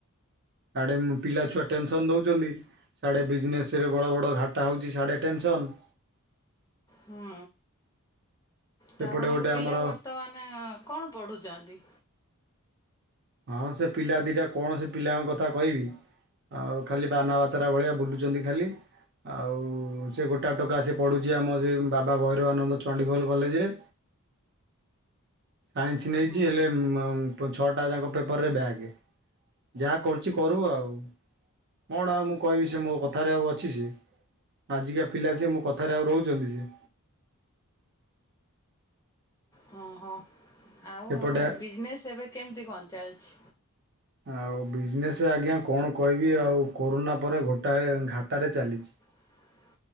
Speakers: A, on the right; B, on the left.
A: ଆଡେ ପିଲା ଛୁଆ ଟେନସନ୍ ଦଉଛନ୍ତି। ସାଡେ ବିଜନେସ୍ ରେ ବଡ ବଡ ଘାଟା ହଉଛି ସାେଆଡେ ଟେନସନ୍।
B: ହୁଁ
A: ସେପଟେ
B: ତ ଆପଣଙ୍କ
A: ଗୋଟେ
B: ପିଲା
A: ଆମର
B: ବର୍ତ୍ତମାନ କଣ ପଢୁଚନ୍ତି?
A: ହଁ ସେ ପିଲା ଦିଡା କୌଣସି ପିଲାଙ୍କ କଥା କହିବି। ଆଉ ଖାଲି ବାନା ବାତାରା ଭଳିଆ ବୁଲୁଛନ୍ତି ଖାଲି। ଆଉ ସେ ଗୋଟା ଟୋକି ସେ ପଢୁଛି ଆମ ସେ ବାବା ଭୈରବାନନ୍ଦ ଚଣ୍ଡିଗୋଲ କଲେଜ୍ ରେ। ସାଇନ୍ସ ନେଇଚି
B: ହୁଁ
A: ହେଲେ ଛଅଟା ଯାଙ୍କ ପେପରରେ ବ୍ୟାଗେ। ଯାହା କରୁଚି କରୁ ଆଉ କଣ ଆଉ ମୁଁ କହିବି ସେ ମୋ କଥାରେ ଆଉ ଅଛି ସିଏ। ଆଜିକା ପିଲା ସିଏ ମୋ କଥାରେ ଆଉ ରହୁଚନ୍ତି ସିଏ।
B: ହଁ ହଁ ଆଉ
A: ସେପଟେ
B: ଆପଣଙ୍କ ବିଜିନେସ୍ ଏବେ କେମିତି କଣ ଚାଲଛି?
A: ଆଉ ବିଜନେସ୍ ଆଜ୍ଞା କଣ କହିବି ଆଉ କୋରୋନା ପରେ ଗୋଟାଏ ଘାଟାରେ ଚାଲିଛି।
B: ହ